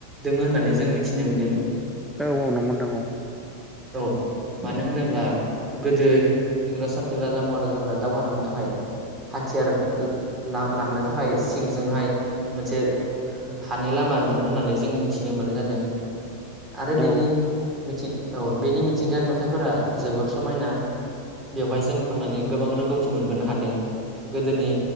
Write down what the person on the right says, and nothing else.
दोङो होननानै जों मिथिनो मोनदों ।
औ मानो होनोब्ला गोदो इंराज सान्थ्रि राजा महाराजाफोरा दावहा नांनो थाखाय हाथियार ल-ला-लांनो थाखाय सिंजोंहाय मोनसे हानि लामा दों होननानै जोङो मिथिनो मोननाय जादों आरो बेनि
मिथि औ बेनि मिथिंगायारि नुथायफोरा जोबोर समायना बेवहाय जों थांनानै गोबां रोंगौथि मोनबोनो हादों । गोदोनि